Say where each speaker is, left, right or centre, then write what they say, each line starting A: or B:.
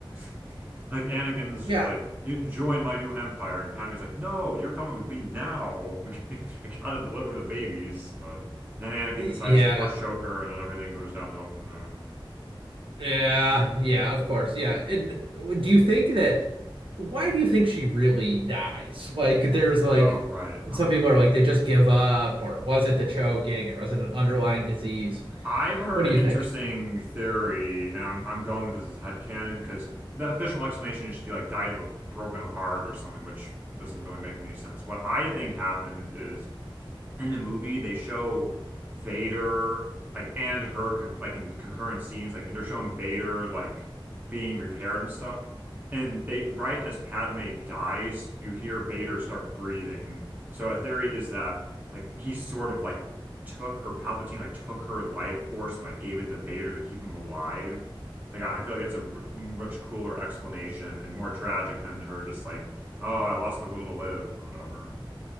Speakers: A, on the right; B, on the right.
A: <laughs> like Anakin's
B: Yeah.
A: like, you join my new empire, and Padme's like, no, you're coming with me now. <laughs> We, we gotta deliver the babies. But then Anakin
B: Yeah.
A: decides to force choke her, and then everything goes downhill from there.
B: Yeah. Yeah, of course. Yeah. And do you think that why do you think she really dies? Like there's like
A: Oh, right. Um.
B: some people are like they just give up, or was it the choking, or was it an underlying disease?
A: I've heard
B: What do
A: an
B: you
A: interesting
B: think?
A: theory, and I'm, I'm going with this as headcanon because the official explanation is she like died of a broken heart or something, which doesn't really make any sense. What I think happened is in the movie they show Vader like and her con like in concurrent scenes like they're showing Vader like being repaired and stuff and they right as Padme dies you hear Vader start breathing so a theory is that like he sort of like took or Palpatine like took her life force and like gave it to Vader to keep him alive like I I feel like it's a r- much cooler explanation and more tragic than her just like oh I lost the will to live or whatever